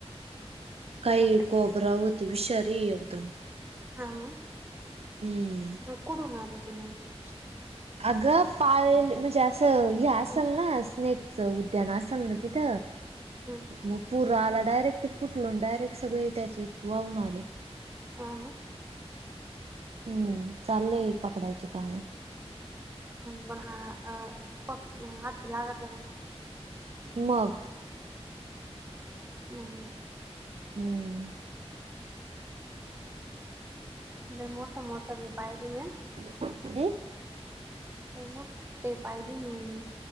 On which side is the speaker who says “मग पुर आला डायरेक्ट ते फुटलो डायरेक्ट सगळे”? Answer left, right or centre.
Right